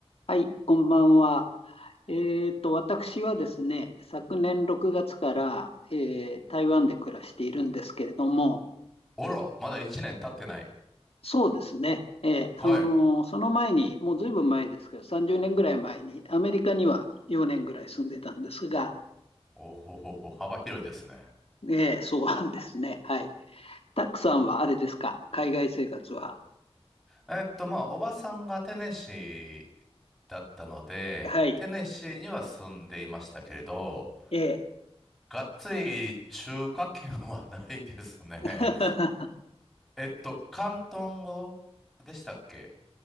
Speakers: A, on the left; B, in the centre.
A: はい、こんばんは。えっと、私はですね、昨年6月から、えー台湾で暮らしているんですけれども、
B: おろ、まだ1年経ってない。
A: そうですね、えーあのーその前に、
B: はい。
A: もうずいぶん前ですけど、30年ぐらい前に、アメリカには4年ぐらい住んでたんですが、
B: おほほほ、幅広いですね。
A: えーそうですね、はい。たくさんはあれですか、海外生活は。
B: えっと、まあ、おばさんがテネシーだったので、
A: はい。
B: テネシーには住んでいましたけれど、
A: えー
B: がっつり中華圏はないですね。
A: <laughs>
B: えっと、広東語でしたっけ